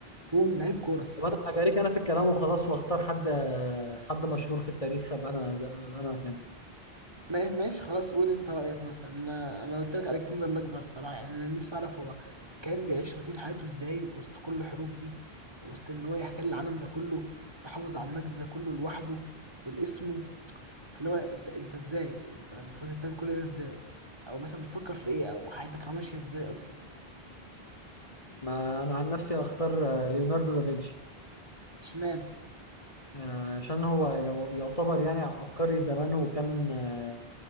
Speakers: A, on the right; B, on the left.
A: اكون لعيب كورة الصراحة
B: طب انا هجاريك انا في الكلام وخلاص واختار حد حد مشهور في التاريخ ابقى انا ز- ابقى انا مكانه
A: ما- ماشي خلاص قول انت رأيك مثلا انا انا قلت لك الكسندر الاكبر الصراحة يعني انا نفسي اعرف هو كان بيعيش روتين حياته ازاي وسط كل الحروب دي وسط ان هو يحتل العالم ده كله ويحافظ على المجد ده كله لوحده والاسمه فاللي هو انت انت ازاي انت انت كنت بتعمل كل ده ازاي او مثلا بتفكر في ايه او حياتك ماشية ازاي اصلا
B: ما انا عن نفسي اختار ليوناردو دافنشي
A: اشمعنى
B: آه، عشان هو يعتبر يعني عبقري زمانه وكان آه،